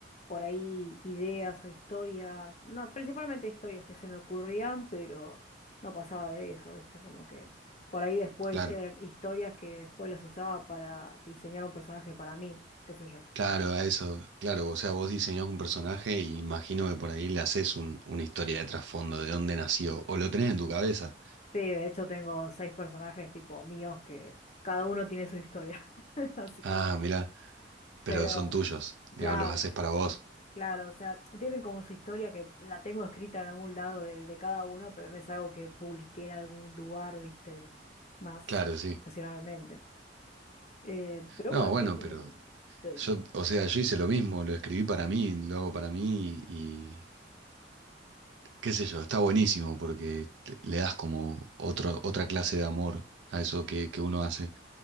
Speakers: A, on the left; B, on the right.
A: por ahí ideas o historias, no, principalmente historias que se me ocurrían, pero no pasaba de eso, ¿viste? Como que por ahí después
B: Claro.
A: eran historias que después las usaba para diseñar un personaje para mí, qué sé yo.
B: Claro, a eso, claro, o sea, vos diseñás un personaje y imagino que por ahí le haces un- una historia de trasfondo, de dónde nació, o lo tenés en tu cabeza.
A: Sí, de hecho tengo seis personajes tipo míos que cada uno tiene su historia. <laughs> Así
B: Ah,
A: que sí.
B: mirá, pero
A: Pero,
B: son tuyos, digamos,
A: claro,
B: los haces para vos.
A: claro, o sea, tienen como su historia que la tengo escrita en algún lado de, de cada uno, pero no es algo que publiqué en algún lugar, viste, más
B: Claro, sí.
A: profesionalmente. Eh, pero
B: No,
A: bueno,
B: bueno,
A: entonces,
B: pero
A: te-
B: yo, o sea, yo hice lo mismo, lo escribí para mí, lo hago para mí y qué sé yo, está buenísimo porque te- le das como otro, otra clase de amor a eso que, que uno hace.